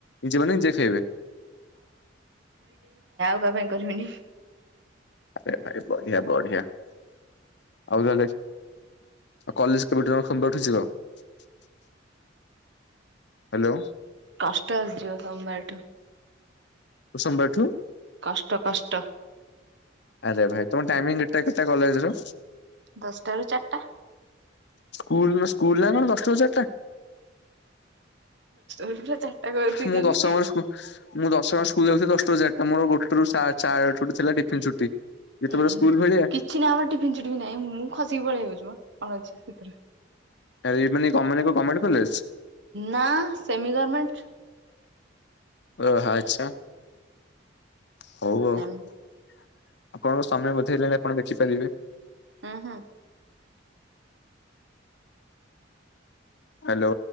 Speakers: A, on the left; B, on the right.
A: ଜଣେ ଯିଏ ଖାଇବେ। <inaudible>
B: କ ପାଇଁ କରିବିନି।
A: ଆ ଭ ବଢିଆ ବଢିଆ ଆଉ ତାହଲେ କଲେଜ କେବେ ଠୁ ଖୋଲିବ। <unintelligible> ହାଲୋ।
B: କଷ୍ଟ ଆସିଯିବ ସୋମବାରଠୁ।
A: ଓ ସୋମବାର ଠୁ।
B: କଷ୍ଟ କଷ୍ଟ
A: ଆରେ ଭାଇ ତମ ଟାଇମିଂ ଡେଟ ଟା କେତେ କଲେଜର।
B: ଦଶଟା ରୁ ଚାରିଟା
A: ସ୍କୁଲ ନା ସ୍କୁଲ ନା କଣ ଦଶଟାରୁ ଚାରିଟା
B: ରୁ ପୁରା ଚାରିଟା କରିଦେଇଛନ୍ତି
A: ମୁଁ ଦଶ ଟଙ୍କା ବ ସ୍କୁ ମୁଁ ଦଶଙ୍କରେ ସ୍କୁଲ ଯାଉଥିଲି ଦଶା ହାରଟା ମରୋଟରୁ ଚୋଟି ଥିଲା ଟିଫିିନ ଛୁଟି ଯେତେବେଳେ
B: ଉୁଁ
A: ସ୍କୁଲ ଭଳିଆ
B: କିଛି ନାହିଁ ଆମର ଟିଫିନ ଚଟିଫି ନାଇଁ ମୁଁ ଖସିକି ପଳେଇ ଯାଉଛି। କଣ ଅଛି ସେଥିରେ
A: ଆଇ ମାନେ ଗମେ ଗମେଣ୍ଟ କଲେଜ
B: ନା ସେମି ଗର୍ମେଣ୍ଟ।
A: ଓ ହୋ ଆଛା। ହଉ ଆଉ।
B: ସେମି
A: ଆପଣଙ୍କ ସାମ୍ନ ବୁଝେଇଲାଣି ଆପଣ ଦେଖିପାରିବେ।
B: ହୁଁ ହୁଁ।
A: ହାଲୋ।